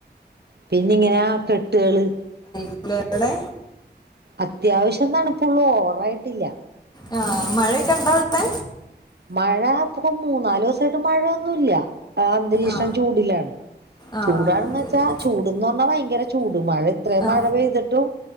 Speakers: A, on the right; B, on the left.
A: പിന്ന ഇങ്ങനെ കെട്ടുകള്
B: ല്ലേ അവടെ
A: അത്യാവശ്യം തണുപ്പള്ളൂ ഓവറയിട്ടില്ല
B: ആ മഴയൊക്കെ ഇണ്ടോ അവിടത്തെ
A: മഴ ഇപ്പൊ മൂന്നാല് ദിവസായിട്ട് മഴ ഒന്നുമല്ല അന്തരീക്ഷം
B: ആ
A: ചൂടിലാണ്
B: ആ
A: ചൂടാണെന്ന്
B: അതെ
A: വെച്ചാ
B: അതെ
A: ചൂട്ന്ന് പറഞ്ഞാൽ ഭയങ്കര ചൂട് മഴ ഇത്രയും
B: ആ
A: മഴ പെയ്തിട്ടും